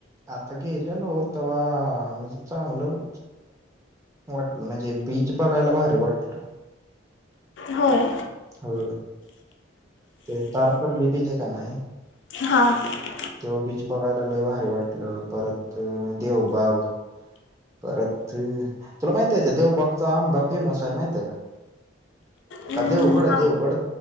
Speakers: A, on the right; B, on the left.
A: आता गेलेलो तवा म्हणजे चांगलं वाटलं म्हणजे बीच बघायला भारी वाटलं.
B: होय
A: हो ते तारकर्ली बीच आहे का नाही.
B: हां
A: तेव्हा बीच बघायला लै भारी वाटलं परत देवबाग परत तुला माहित आहे त्या देवबागचा आंबा फेमस आहे माहितय का?
B: हम्म
A: का देवगड चा
B: हां.
A: देवगड